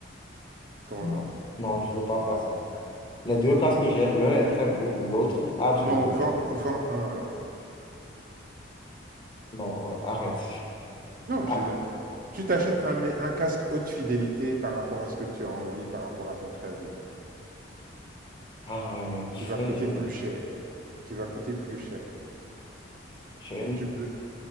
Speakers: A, on the right; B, on the left.
A: Comment
B: Non,
A: non?
B: non, je veux pas faire ça. Les deux casques que j'ai, l'un est très beau, l'autre a du...
A: Bon, vends, vends un alors.
B: Non, euh, arrête.
A: Non, mais c'est
B: <laughs>
A: la- tu t'achètes un, mais un casque haute fidélité par rapport à ce que tu as envie, par rapport à ton clavier,
B: Ah ouais, mais tu
A: qui
B: sais,
A: va coûter
B: j'ai
A: plus cher, qui va coûter plus cher.
B: j'ai
A: Donc
B: une
A: tu, be-